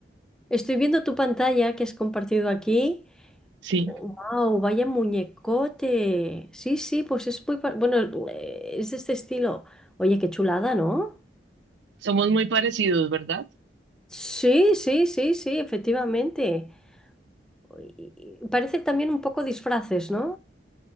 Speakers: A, in the centre; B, on the right.
A: Estoy viendo tu pantalla que has compartido aquí.
B: sí,
A: ¡Wow! ¡Vaya muñecote! Sí, sí, pues es muy... pa- Bueno, eh, es de este estilo. Oye, qué chulada, ¿no?
B: somos muy parecidos, ¿verdad?
A: Sí, sí, sí, sí, efectivamente. Y- y Parece también un poco disfraces, ¿no?